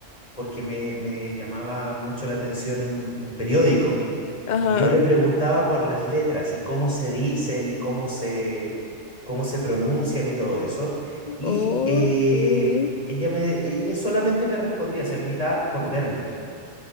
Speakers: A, on the left; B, on the left.
A: porque me, me llamaba mucho la atención un, un periódico
B: <laughs> Ajá.
A: y yo le preguntaba por las letras y cómo se dicen y cómo se, cómo se pronuncian y todo eso. Y
B: Ok.
A: eh, ella, me, ella solamente me respondía, se limitaba a responderme.